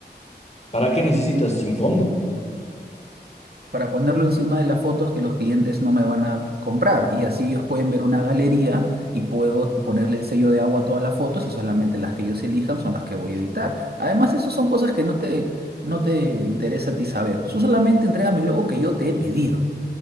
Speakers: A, on the left; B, on the right.
A: ¿Para qué necesitas sin fondo?
B: para ponerlo encima de las fotos que los clientes no me van a comprar. Y así ellos pueden ver una galería y puedo ponerle el sello de agua a todas las fotos y solamente las que ellos elijan son las que voy a editar. Además, esas son cosas que no te, no te interesa a ti saber. Tú solamente entrégame el logo que yo te he pedido.